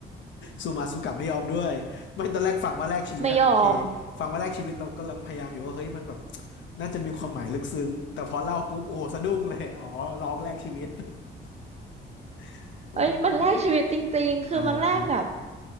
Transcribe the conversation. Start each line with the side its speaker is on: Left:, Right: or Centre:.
Left: ซูมาซูกลับไม่ยอมด้วยไม่ตอนแรกฟังว่าแลกชีวิตอะโอเค
Right: ไม่ยอม
Left: ฟังว่าแลกชีวิตเรากำลังพยายามอยู่ว่าเฮ้ยมันแบบน่าจะมีความหมายลึกซึ้งแต่พอเล่าปุ๊บโอ้โหสะดุ้งเลยอ๋อร้องแลกชีวิต <laughs> อู้
Right: เอ้ยมันแลกชีวิตจริงๆ คือมันแลกแบบ
Left: ตายตาย